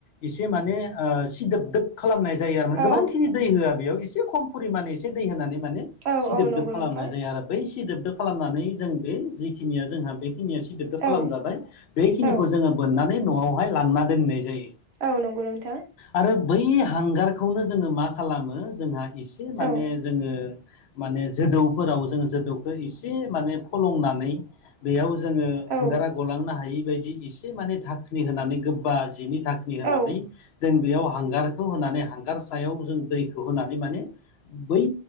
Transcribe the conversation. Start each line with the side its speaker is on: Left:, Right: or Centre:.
Left: एसे माने ओ, सिदोबदोब खालामनाय जायो आरो
Right: औ
Left: गोबांखिनि दै होआ बेयाव एसे खम परिमान एसे दै होनानै माने
Right: औ
Left: सिदोबदोब
Right: औ नंगौ
Left: खालामनाय
Right: नोंथां
Left: जायो आरो बै सिदोबदोब खालामनानै जों बे जिखिनिया जोंहा बे निया सिदोब दोब खालामजाबाय
Right: औ
Left: बेखिनिखौ
Right: औ
Left: जोङो बोननानै न'आवहाय लांना दोनैनाय जायो
Right: औ नंगौ नोंथां ।
Left: आरो बै हांगारखौनो जोङो मा खालामो जोंहा एसे माने
Right: औ
Left: जोङो माने जोदौफोराव जों जोदौखौ एसे माने फलंनानै बेयाव जोङो
Right: औ
Left: हांगारा गलांनो हायि बायदि एसे माने धाखनि होनानै गोबा जिनि धाकनि होनानै
Right: औ
Left: जों बेयाव हांगारखौ होनानै हांगार सायाव जों दै होनानै माने बै